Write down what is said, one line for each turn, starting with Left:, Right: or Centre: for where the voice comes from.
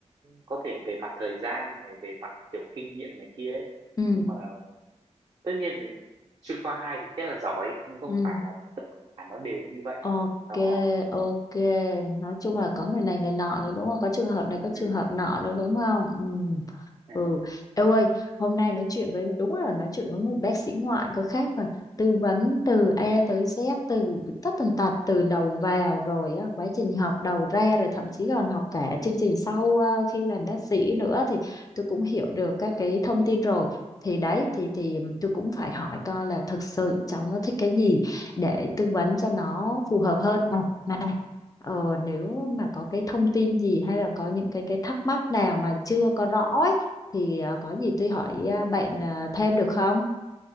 Right: có thể về mặt thời gian này về mặt kiểu kinh nghiệm này kia ấy.
Left: ừ
Right: nhưng mà tất nhiên thì chuyên khoa 2 thì rất là giỏi nhưng không
Left: ừ
Right: phải là tất cả nó đều như vậy
Left: Ok,
Right: đó
Left: ok. Nói chung là có người này người nọ nữa đúng không? Có trường hợp này, có trường
Right: ừ,
Left: hợp nọ nữa đúng không? Ừ.
Right: ừ,
Left: Ừ. Eo ơi, hôm nay nói chuyện với đúng là nói chuyện với một bác sĩ ngoại có khác mà tư vấn từ A tới Z từ tất tần tật từ đầu vào rồi á, quá trình học đầu ra rồi thậm chí còn học cả chương trình sau ờ, khi làm bác sĩ nữa thì tôi cũng hiểu được các cái thông tin rồi. Thì đấy thì thì tôi cũng phải hỏi coi là thực sự cháu nó thích cái gì để tư vấn cho nó phù hợp hơn à, mà này ờ, nếu mà có cái thông tin gì hay là có những cái cái thắc mắc nào mà chưa có rõ ấy thì ờ, có gì tôi hỏi ờ, bạn ờ, thêm được không